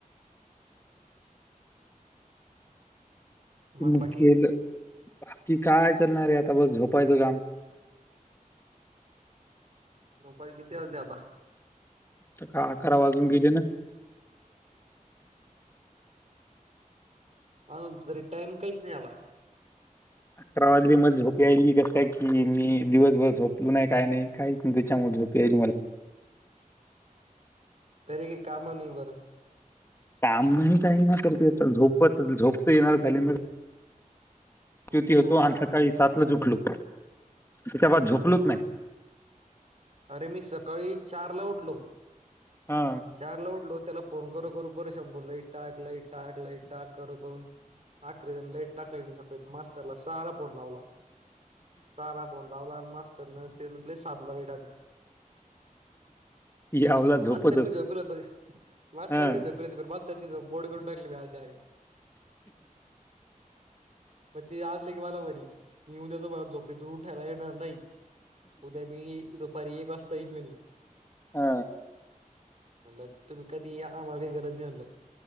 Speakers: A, on the left; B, on the right.
A: <unintelligible>
B: मग बाकी
A: <inaudible>
B: दुपारी किती वाजली आता.
A: तर का अकरा वाजून घेले ना.
B: अ तरी टाइम काहीच नाही याला
A: अठरा वाजी मला झोपी आयली कस की मी दिवसभर झोपलो नाही काय नाही काहीच त्याच्यामुळे झोपी यायली मला.
B: तरी काही काम नाही बर.
A: काम नाही काही ना करत झोपत झोपत येणार <unintelligible>
B: हा
A: क्युती
B: तेवढं
A: होतो
B: हाय
A: आणि सकाळी सातला उठलं. तिच्यावर झोपलोच नाही.
B: अरे! मी सकाळी चार ला उठलो.
A: हा
B: चार ला उठलो त्याला. <inaudible> <unintelligible> मास्तरला साहाला फोन लावला. साहाला फोन लावला. मास्तर ना ते म्ह सात ला रेट
A: यावला झोपतच
B: मास् तारी बी झोपल होत मास्
A: हा
B: तारीी झोपली हो बोड करून टाकलीज्यारे मग ते आजले की मलावररी मी येऊन देतो मला झोपेतर उठायला येणार नाही उद्या मी पर एक वाजता इईन म्हणी
A: हा
B: म्हणलं तुम्ही कधी आमाग गरजञलं